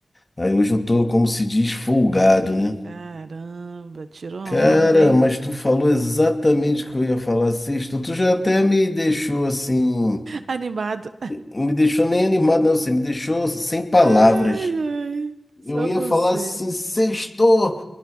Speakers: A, on the left (about 35°); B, on the right (about 75°).
A: Aí hoje eu tô, como se diz, folgado, né?
B: Caramba, tirou onda,
A: Cara,
B: hein?
A: mas tu falou exatamente o que eu ia falar sexta. Tu já até me deixou assim,
B: Animado.
A: me deixou nem animado, não, você me deixou sem palavras.
B: Ai, ai, só
A: Eu ia
B: você.
A: falar assim, sextou,